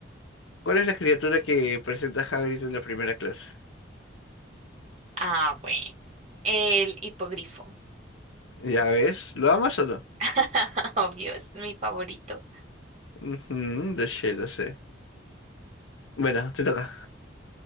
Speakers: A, on the left (about 80°); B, on the right (about 35°).
A: ¿Cuál es la criatura que presenta Hagrid en la primera clase?
B: Ah, bueno. El hipogrifo.
A: Ya ves, ¿lo amas o no?
B: <laughs> Obvio, es mi favorito.
A: Ujú, lo sé, lo sé. Bueno, te toca.